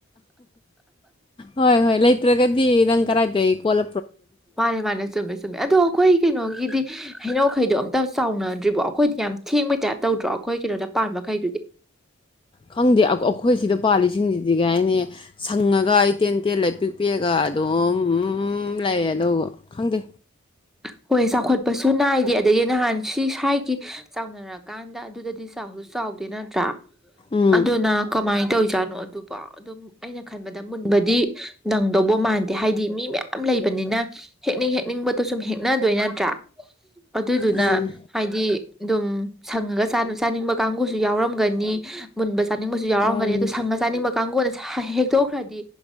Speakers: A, on the left; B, in the centre.
A: ꯍꯣꯏ ꯍꯣꯏ ꯂꯩꯇ꯭ꯔꯒꯗꯤ ꯅꯪ ꯀꯗꯥꯏꯗ ꯀꯣꯜ
B: ꯃꯥꯅꯦ ꯃꯥꯅꯦ ꯆꯨꯝꯃꯦ ꯆꯨꯝꯃꯦ ꯑꯗꯣ ꯑꯩꯈꯣꯏ ꯀꯩꯅꯣꯒꯤꯗꯤ ꯍꯩꯅ ꯃꯈꯩꯗꯣ ꯑꯝꯇ ꯆꯥꯎꯥꯎꯅꯗ꯭ꯔꯤꯕꯣ ꯑꯩꯈꯣꯏꯗꯤ ꯌꯥꯝ ꯊꯦꯡꯕꯩ ꯇꯥꯏꯞ ꯇꯧꯗ꯭ꯔꯣ ꯑꯩꯈꯣꯏ ꯀꯩꯅꯣꯗ ꯄꯥꯟꯕꯥ ꯃꯈꯩꯗꯨꯗꯤ
A: ꯈꯪꯗꯦ ꯑꯩꯈꯣꯏ ꯁꯤꯗ ꯄꯥꯜꯂꯤꯁꯤꯡꯁꯤꯗꯤ ꯑꯗꯨ ꯀꯥꯏꯅꯤ ꯁꯪꯉꯒ ꯑꯩ ꯇꯦꯟ ꯇꯦꯜ ꯂꯩ ꯄꯤꯛꯄꯤꯛꯑꯒ ꯗꯣꯝ ꯎꯝ ꯂꯩꯑ ꯑꯗꯨꯕ ꯈꯪꯗꯦ
B: ꯍꯣꯏ ꯆꯥꯎꯈꯠꯄꯁꯨ ꯅꯥꯏꯗꯦ ꯑꯗꯒꯤ ꯅꯍꯥꯟ ꯁꯤ ꯁ꯭ꯋꯥꯏꯒꯤ ꯆꯥꯎꯅꯔꯛꯀꯥꯟꯗ ꯑꯗꯨꯗꯗꯤ ꯆꯥꯎꯁꯨ ꯆꯥꯎꯗꯦ ꯅꯠꯇ꯭ꯔꯥ
A: ꯎꯝ
B: ꯑꯗꯨꯅ ꯀꯃꯥꯏ ꯇꯧꯖꯥꯠꯅꯣ ꯑꯗꯨꯕ ꯑꯗꯨꯝ ꯑꯩꯅ ꯈꯟꯕꯗ ꯃꯨꯟꯕꯗꯤ ꯅꯪꯗꯧꯕ ꯃꯥꯟꯗꯦ ꯍꯥꯏꯗꯤ ꯃꯤ ꯃꯌꯥꯝ ꯂꯩꯕꯅꯤꯅ ꯍꯦꯛꯅꯤꯡ ꯍꯦꯛꯅꯤꯡꯕꯗꯣ ꯁꯨꯝ ꯍꯦꯛ ꯅꯗꯣꯏ ꯅꯠꯇ꯭ꯔꯥ ꯑꯗꯨꯗꯨꯅ
A: ꯃꯥꯅꯦ
B: ꯍꯥꯏꯗꯤ ꯑꯗꯨꯝ ꯁꯪꯉꯒ ꯆꯥꯅꯤꯡꯕ ꯀꯥꯡꯕꯨꯨꯁꯨ ꯌꯥꯎꯔꯝꯒꯅꯤ ꯃꯨꯟꯕ ꯆꯥꯅꯤꯡꯕꯁꯨ ꯌꯥꯎꯔꯝꯒꯅꯤ
A: ꯌꯥꯎꯔꯝꯅꯤ
B: ꯑꯗꯨ ꯁꯪꯉ ꯆꯥꯅꯤꯡꯕ ꯀꯥꯡꯕꯨꯅꯁ ꯍꯦꯛ ꯇꯧꯈ꯭ꯔꯗꯤ